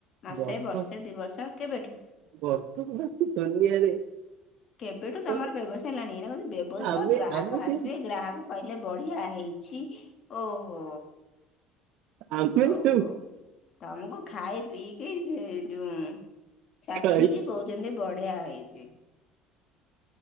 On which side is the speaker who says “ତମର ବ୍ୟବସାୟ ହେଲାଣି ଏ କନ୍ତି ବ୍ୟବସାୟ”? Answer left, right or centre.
Left